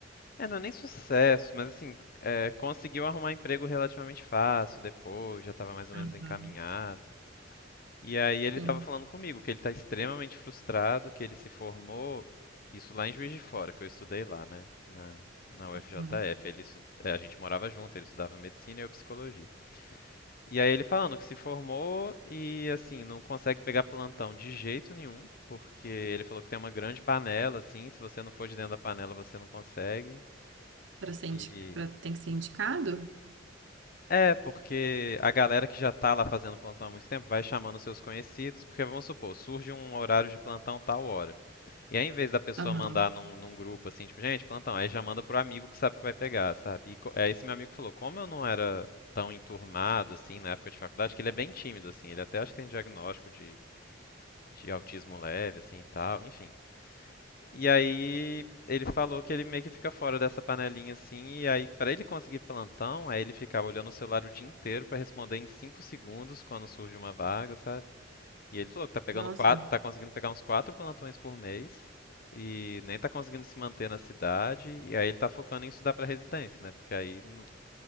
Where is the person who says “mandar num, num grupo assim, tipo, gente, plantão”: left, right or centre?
Left